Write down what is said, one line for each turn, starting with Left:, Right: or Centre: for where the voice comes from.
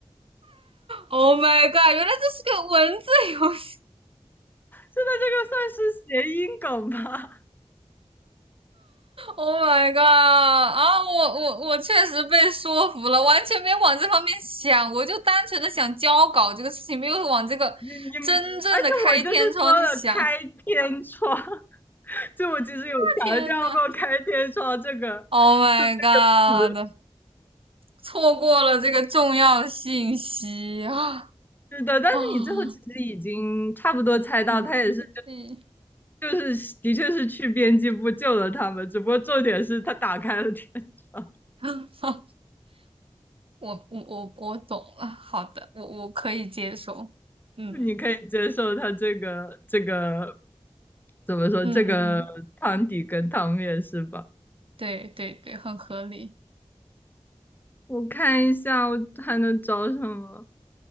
Right: Oh my god！原来这是个文字游戏。
Left: 真的，这个算是谐音梗吧？
Right: Oh my god！啊，我我我确实被说服了，完全没往这方面想，我就单纯的想交稿这个事情，没有往这个真正的开天窗去想。
Left: 你你，而且我就是说了开天窗。
Right: 啊，
Left: 就我其实有强调过开天窗这个这个
Right: 天呐 o h my god！
Left: 词，
Right: 错过了这个重要信息啊
Left: 是的，但是你最后其实已经差不多猜到，
Right: 啊！嗯
Left: 他也是
Right: 嗯，
Left: 就就是的确是去编辑部救了他们，只不过重点是他打开了天窗，
Right: 啊我我我我懂了，好的，我我可以接受。嗯
Left: 你可以接受他这个这个怎么说这个汤底跟汤面是吧？
Right: 嗯嗯嗯，对对对，很合理。
Left: 我看一下我还能找什么，